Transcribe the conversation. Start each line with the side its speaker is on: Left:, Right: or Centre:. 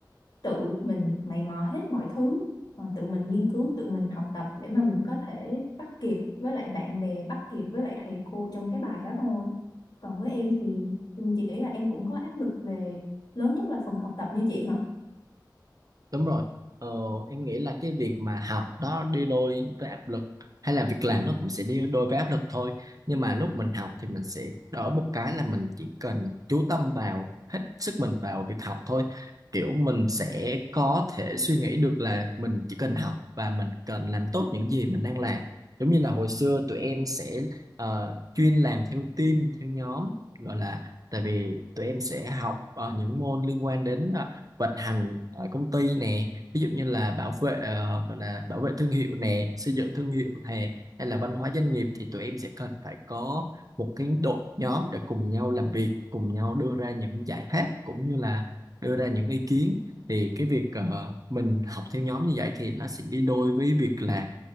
Left: tự mình mày mò hết mọi thứ ờ, tự mình nghiên cứu tự mình học tập để mà mình có thể bắt kịp với lại bạn bè bắt kịp với lại thầy cô trong cái bài đó thôi còn với em thì ừ, chị nghĩ là em cũng có áp lực về lớn nhất là phần học tập như chị hả
Right: Đúng rồi. Ờ, em nghĩ là cái việc mà học đó đi đôi với áp lực hay là việc làm nó cũng sẽ đi đôi với áp lực thôi. Nhưng mà lúc mình học thì mình sẽ đỡ một cái là mình chỉ cần chú tâm vào hết sức mình vào việc học thôi. Kiểu mình sẽ có thể suy nghĩ được là mình chỉ cần học và mình cần làm tốt những gì mình đang làm. Giống như là hồi xưa tụi em sẽ ờ, chuyên làm theo team, theo nhóm gọi là tại vì tụi em sẽ học ờ, những môn liên quan đến ờ, vận hành ở công ty nè ví dụ như là bảo vệ ờ, gọi là bảo vệ thương hiệu nè xây dựng thương hiệu nè hay là văn hóa doanh nghiệp thì tụi em sẽ cần phải có một cái đội nhóm để cùng nhau làm việc cùng nhau đưa ra những giải pháp cũng như là đưa ra những ý kiến thì cái việc ờ, mình học theo nhóm như vậy thì nó sẽ đi đôi với việc là